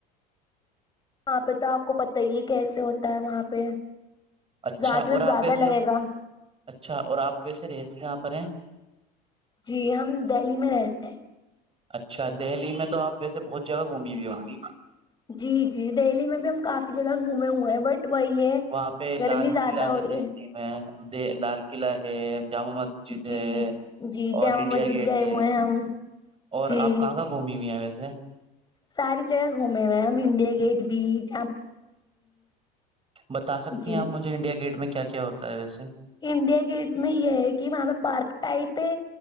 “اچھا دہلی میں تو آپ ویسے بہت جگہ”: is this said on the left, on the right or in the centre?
Right